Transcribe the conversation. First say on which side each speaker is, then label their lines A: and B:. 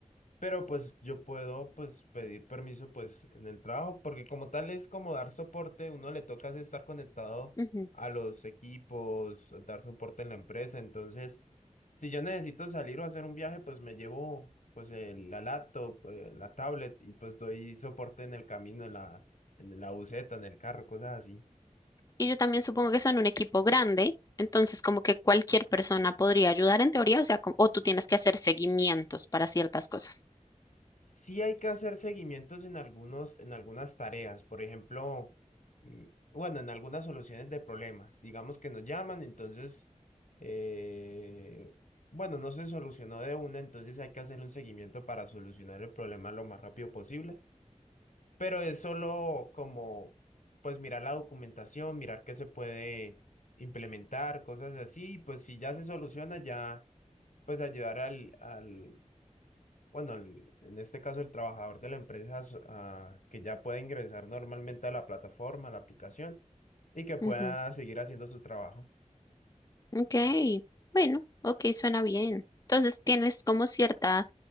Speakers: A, on the left; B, on the left.
A: Pero pues yo puedo pues pedir permiso pues en el trabajo, porque como tal es como dar soporte, uno le toca es estar conectado
B: Ujú.
A: a los equipos, dar soporte en la empresa, entonces si yo necesito salir o hacer un viaje, pues me llevo pues el- la laptop, eh, la tablet y pues doy soporte en el camino, en la en la buseta, en el carro, cosas así.
B: Y yo también supongo que son un equipo grande, entonces como que cualquier persona podría ayudar en teoría, o sea, co- o tú tienes que hacer seguimientos para ciertas cosas.
A: Sí hay que hacer seguimientos en algunos, en algunas tareas, por ejemplo, mm, bueno, en algunas soluciones de problemas. Digamos que nos llaman, entonces, eh, bueno, no se solucionó de una, entonces hay que hacer un seguimiento para solucionar el problema lo más rápido posible. Pero es solo como, pues, mirar la documentación, mirar qué se puede implementar, cosas así, y pues si ya se soluciona, ya, pues ayudar al, al bueno, el- en este caso el trabajador de la empresa s- ah, que ya puede ingresar normalmente a la plataforma, a la aplicación y que pueda
B: Ujú.
A: seguir haciendo su trabajo.
B: Ok, bueno, ok, suena bien. Entonces tienes como cierta